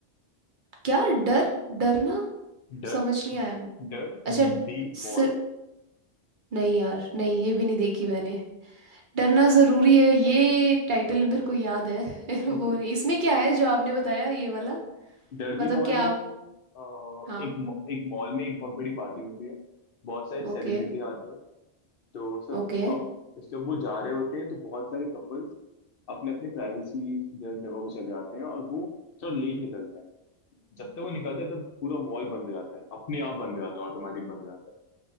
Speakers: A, on the right (about 55°); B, on the left (about 60°).
A: क्या डर डरना
B: डर
A: समझ नहीं आया
B: डर
A: अच्छा
B: दी मॉल
A: सिर नहीं यार नहीं ये भी नहीं देखी मैंने डरना जरूरी है ये एक टाइटल मेरे को याद है <laughs>
B: <laughs>
A: वो नहीं इसमें क्या है जो आपने बताया ये वाला
B: डर्बी
A: मतलब
B: मॉल
A: क्या
B: में
A: आप
B: अ,
A: हाँ
B: एक म- एक मॉल में एक बहुत बड़ी पार्टी होती है बहुत सारे सेलिब्रिटी
A: Okay
B: आते हैं तो सर
A: okay
B: अब जब वो जा रहे होते हैं तो बहुत सारे कपल्स अपने अपने प्राइवेसी जगह पे चले आते हैं और वो थोड़ा लेट निकलते हैं जब तक वो निकलते हैं तब पूरा मॉल बंद हो जाता है अपने आप बंद हो जाता है ऑटोमेटिक बंद हो जाता है